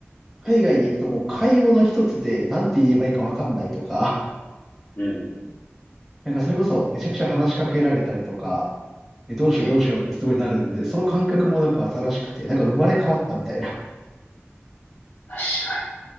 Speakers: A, in the centre; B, on the left.
A: 海外に行くともう買い物一つでなんて言えばいいかわかんないとか、
B: ええ、うん、うんうん
A: なんかそれこそめちゃくちゃ話しかけられたりとか、えどうしようどうしようってすごいなるんで、
B: ええ、
A: その感覚もなんか新しくて、なんか生まれ変わったみたいな
B: 確か